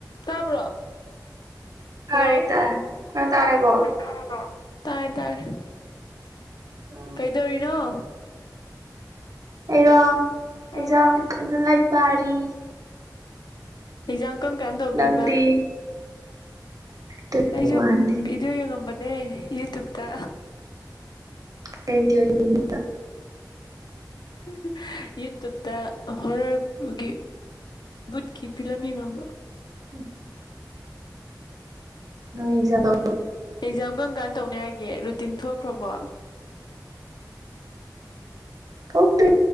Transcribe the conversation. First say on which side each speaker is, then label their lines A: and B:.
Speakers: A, on the left (about 75°); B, on the right (about 55°).
A: ꯇꯥꯕ꯭ꯔꯣ
B: ꯇꯥꯔꯦ
A: ꯍꯂꯣ
B: ꯇꯥꯔꯦ ꯅꯪ ꯇꯥꯔꯕꯣ
A: ꯅꯪ ꯇꯥꯔꯕꯣ ꯇꯥꯔꯦ ꯇꯥꯔꯦ
B: ꯎꯝ
A: ꯀꯩꯗꯧꯔꯤꯅꯣ <unintelligible>
B: ꯑꯩꯔꯣ
A: ꯑꯩꯔꯣ
B: ꯑꯦꯛꯖꯥꯝꯒꯤ ꯀꯟꯅ ꯂꯥꯢꯔꯤꯛ ꯄꯥꯔꯤ
A: ꯑꯦꯓꯥꯝ ꯀꯔꯝ ꯀꯥꯟꯗ ꯇꯧꯗꯣꯏꯕ
B: ꯅꯪꯗꯤ ꯇ꯭ꯋꯦꯟꯇꯤ
A: ꯑꯩꯖꯨ
B: ꯋꯥꯟꯗꯤ
A: ꯕꯤꯗꯤꯑꯣ ꯌꯦꯡꯉꯝꯕꯅꯤ꯫ ꯑꯦ ꯌꯨꯇꯨꯞ ꯇ꯫
B: <unintelligible>
A: ꯍꯨꯡ ꯍꯨꯡ ꯌꯨ ꯇꯨꯞ ꯇ ꯍꯣꯔ꯭ꯔ ꯃꯨꯕꯤ ꯕꯨꯠꯀꯤ ꯐꯤꯂꯝ ꯌꯦꯡꯂꯝꯕ꯫
B: ꯎꯝ꯫ ꯅꯨꯡꯉꯥꯏꯖꯥꯠꯂꯣ꯫
A: ꯑꯦꯛꯖꯥꯝ ꯀꯔꯝ ꯀꯥꯟꯗ ꯇꯧꯅꯤ ꯍꯥꯏꯒꯦ ꯔꯨꯇꯤꯟ ꯊꯣ ꯈ꯭ꯔꯕꯣ꯫
B: ꯈꯪꯗꯦ꯫